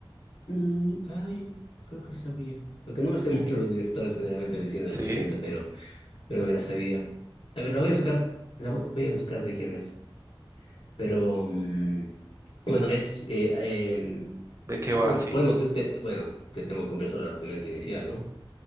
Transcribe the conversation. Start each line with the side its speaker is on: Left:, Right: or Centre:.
Left: Mm, ay, creo que sabía. Porque no me sé mucho los directores generalmente diciendo de
Right: Sí,
Left: los 80 pero pero me la sabía. A ver, la voy a buscar, la voy, voy a buscar de quién es. Pero, mm, bueno, es, eh, em,
Right: ¿de qué
Left: es
Right: va?
Left: como,
Right: Sí,
Left: bueno, te, te- bueno, te tengo que comprar solo el argumento inicial, ¿no?